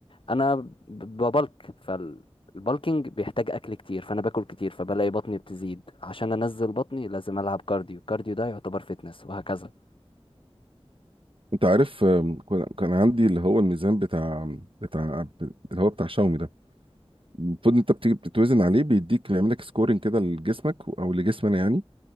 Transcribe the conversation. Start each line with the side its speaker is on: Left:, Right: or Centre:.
Left: انا ب- ببلك فالبلكينج بيحتاج اكل كتير فانا باكل كتير فبلاقي بطني بتزيد عشان انزل بطني لازم العب كارديو الكارديو ده يعتبر فيتنس وهكذا
Right: انت عارف آم، كان كان عندي اللي هو الميزان بتاع بتاع اللي هو بتاع شاومي ده المفروض انت بتيجي بتتوزن عليه بيديك بيعمل لك سكورنج كده لجسمك او لجسمنا يعني